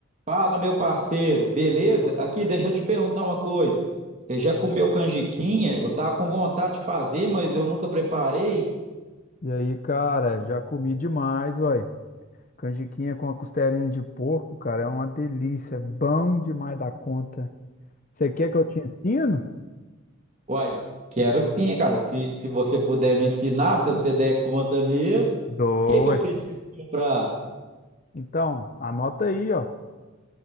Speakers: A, on the right; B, on the left.
A: Fala, meu parceiro, beleza? Aqui, deixa eu te perguntar uma coisa. Você já comeu canjiquinha? Eu tava com vontade de fazer, mas eu nunca preparei.
B: E aí, cara, já comi demais, uai. Canjiquinha com a costelinha de porco, cara, é uma delícia. é Bom demais da conta. Você quer que eu te ensino?
A: Uai, quero sim, cara. Se, se você puder me ensinar, se você der conta mesmo, o
B: Dou,
A: que que eu
B: ué.
A: preciso comprar?
B: Então, anota aí, ó.